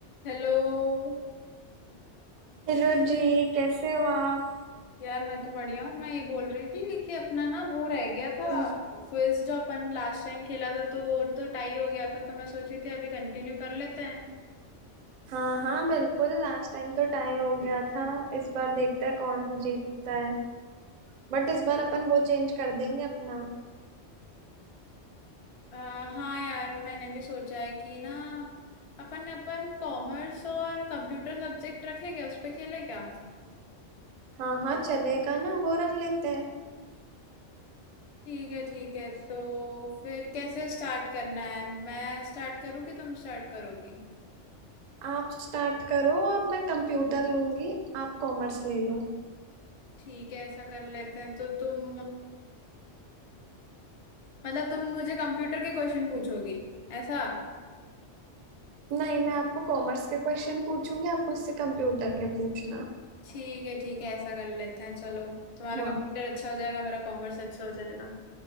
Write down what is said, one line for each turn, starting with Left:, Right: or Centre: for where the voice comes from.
Left: Hello
Right: Hello ji कैसे हो आप
Left: यार मैं तो बढ़िया हूँ मैं ये बोल रही थी कि अपना ना वो रह गया था
Right: हम्म।
Left: क्विज जो अपन लास्ट टाइम खेला था तो वो तो टाई हो गया था तो मैं सोच रही थी अभी कंटिन्यू कर लेते हैं
Right: हाँ हाँ बिल्कुल लास्ट टाइम तो टाई हो गया था इस बार देखते हैं कौन जीतता है बट इस बार अपन वो चेंज कर देंगे अपना
Left: आ, हाँ यार मैंने भी सोचा है कि ना अपन अपन कॉमर्स और कंप्यूटर सब्जेक्ट रखे क्या उस पे खेले क्या
Right: हाँ हाँ चलेगा ना वो रख लेते हैं
Left: ठीक है ठीक है तो फिर कैसे स्टार्ट करना है मैं स्टार्ट करूँ कि तुम स्टार्ट करोगी
Right: आप स्टार्ट करो और मैं कंप्यूटर लूंगी आप कॉमर्स ले लो
Left: ठीक है ऐसा कर लेते हैं तो तुम मतलब तुम मुझे कंप्यूटर के क्वेश्चन पूछोगी ऐसा
Right: नहीं मैं आपको कॉमर्स के क्वेश्चन पूछूंगी आप मुझसे कंप्यूटर के पूछना
Left: ठीक है ठीक है ऐसा कर लेते हैं चलो तुम्हारा
Right: हाँ
Left: कंप्यूटर अच्छा हो जाएगा मेरा कॉमर्स अच्छा हो जाएगा